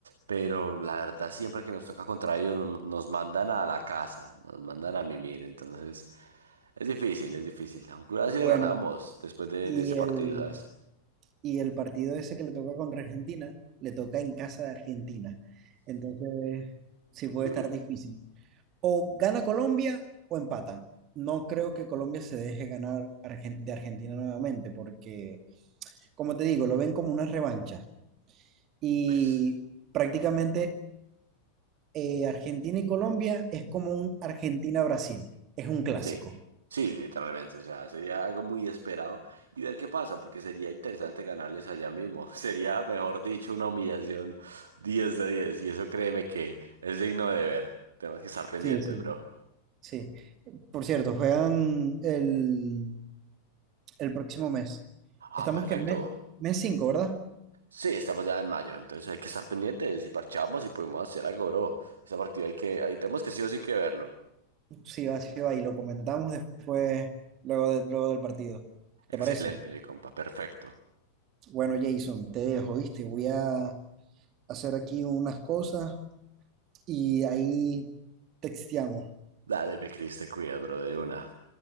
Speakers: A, on the right (about 70°); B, on the right (about 35°).
A: pero la verdad siempre que nos toca contra ellos no- nos mandan a la casa, nos mandan a mimir, entonces es difícil, es difícil. Aunque una vez sí
B: Bueno,
A: le ganamos después de,
B: y
A: de ese partido,
B: el,
A: ¿sabes?
B: y el partido ese que le toca contra Argentina, le toca en casa de Argentina. Entonces, sí puede
A: Uy,
B: estar difícil. O gana Colombia o empatan. No creo que Colombia se deje ganar Argen- de Argentina nuevamente, porque, como te digo, lo ven como una revancha. Y
A: pues
B: prácticamente eh, Argentina y Colombia es como un Argentina-Brasil. Es un clásico.
A: Sí, sí, literalmente, o sea, sería algo muy esperado y ver qué pasa, porque sería interesante ganarles allá mismo, <laughs> sería, mejor dicho, una humillación 10 de 10. y eso créeme que es digno de ver, tenemos que estar pendientes,
B: Sí, sí,
A: bro.
B: sí. Por cierto, juegan el, el próximo mes. Estamos
A: Ah, perfecto.
B: que en mes, mes cinco ¿verdad?
A: Sí, estamos ya en mayo, entonces hay que estar pendientes y parchamos y podemos hacer algo, bro. Ese partido hay que, ahí tenemos que sí o sí que verlo.
B: Sí, va, sí, va. Y lo comentamos después, luego, de- luego del partido. ¿Te
A: Excelente,
B: parece?
A: mi compa, perfecto.
B: Bueno, Jason, te dejo, ¿viste? Voy a hacer aquí unas cosas y ahí texteamos.
A: Dale, mi Cris, te cuida, bro, de una.